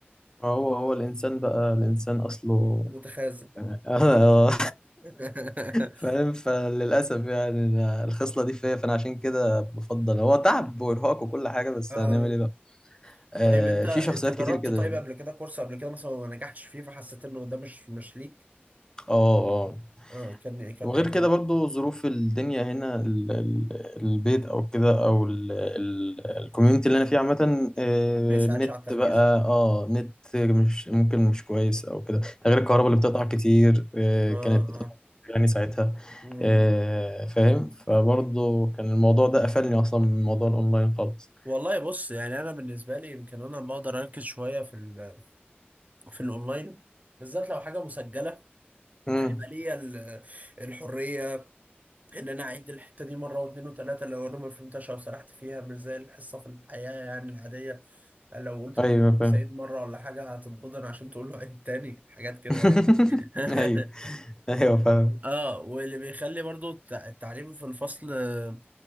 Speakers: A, on the left; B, on the right.
A: هو هو الانسان بقى الانسان اصله
B: متخاذل
A: <laughs> آه، آه.
B: <laughs>
A: فاهم فللاسف يعني أنا الخصله دي فيا فانا عشان كده بفضل هو تعب وارهاق وكل حاجه بس
B: اه
A: هنعمل ايه بقى آه،
B: طيب أنت
A: في
B: أنت
A: شخصيات
B: جربت
A: كتير كده
B: طيب قبل كده كورس قبل كده مثلا وما نجحتش فيه فحسيت إنه ده مش مش ليك؟
A: اه اه
B: اه كان كان
A: وغير
B: إيه؟
A: كده برضو ظروف الدنيا هنا ال- ال- البيت او كده او الكوميونتي اللي انا فيه عامة آه،
B: ما يساعدش
A: النت
B: على التركيز؟
A: بقى اه نت مش ممكن مش كويس او كده ده غير الكهرباء اللي بتقطع كتير آه،
B: اه
A: كانت بتقطع
B: اه
A: كتير يعني ساعتها
B: مم.
A: آه، فاهم فبرضو
B: مم.
A: كان الموضوع ده قفلني اصلا من موضوع الاونلاين خالص
B: والله بص يعني أنا بالنسبة لي يمكن أنا بقدر أركز شوية في ال في الأونلاين بالذات لو حاجة مسجلة
A: امم
B: ليا ال- الحريه ان انا اعيد الحته دي مره واثنين وثلاثه لو انا ما فهمتهاش او سرحت فيها مش زي الحصه في الحياه يعني العاديه لو قلت
A: ايوه
B: للمدرس
A: فاهم
B: عيد مره ولا حاجه هتتبضن عشان تقول له عيد تاني حاجات كده
A: <laughs>
B: يعني <laughs>
A: ايوه ايوه فاهم
B: اه واللي بيخلي برضو التع- التعليم في الفصل آه،